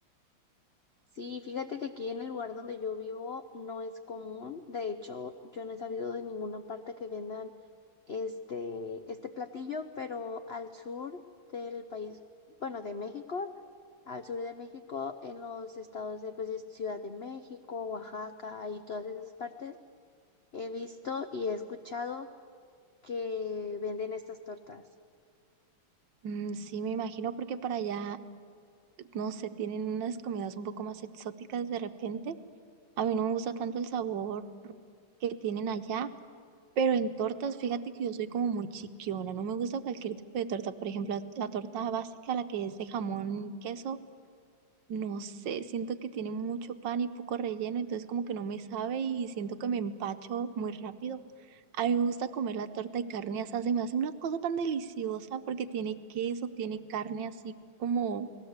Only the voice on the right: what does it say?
Mm, sí, me imagino porque para allá no sé, tienen unas comidas un poco más exóticas de repente. A mí no me gusta tanto el sabor que tienen allá, pero en tortas, fíjate que yo soy como muy chiquiona, no me gusta cualquier tipo de torta, por ejemplo, la, la torta básica, la que es de jamón y queso, no sé, siento que tiene mucho pan y poco relleno, entonces como que no me sabe y siento que me empacho muy rápido. A mí me gusta comer la torta de carne asada, se me hace una cosa tan deliciosa porque tiene queso, tiene carne así como,